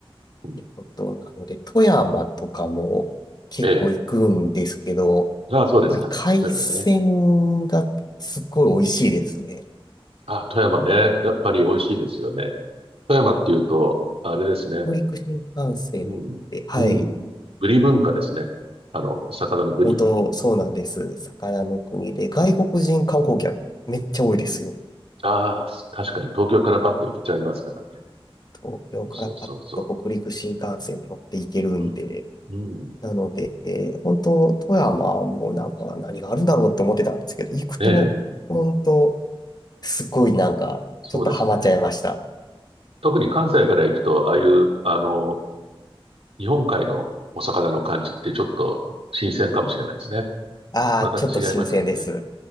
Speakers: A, on the right; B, on the left.
A: うん。
B: いや、本当。なので、富山とかも結構行くんですけど、
A: ええ。
B: やっ
A: ああ、そうですか。
B: ぱり海鮮がすっごい美味しいですね。
A: 富山ね。あ、富山ね。やっぱり美味しいですよね。富山っていうと、あれですね。
B: 北陸新幹線って、
A: うん。
B: はい、
A: うん。ブリ文化ですね。あの、お魚のブリ。
B: 本当そうなんです。魚の国で、外国人観光客めっちゃ多いですよ。
A: ああ、確かに東京からパッと行けちゃいますからね。
B: 東京からパッと北陸新幹線に乗っていけるんで、
A: そうそうそう。うん。うん。
B: なので、えー本当、富山もなんか何があるんだろうって思ってたんですけど、行くと、
A: ええ、
B: 本当、すごいなんか、
A: そうですね。
B: ちょっとハマっちゃいました。
A: 特に関西から行くと、ああいう、あの、日本海のお魚の感じってちょっと新鮮かもしれないですね。
B: ああ、
A: また違いますよね。
B: ちょっと新鮮です。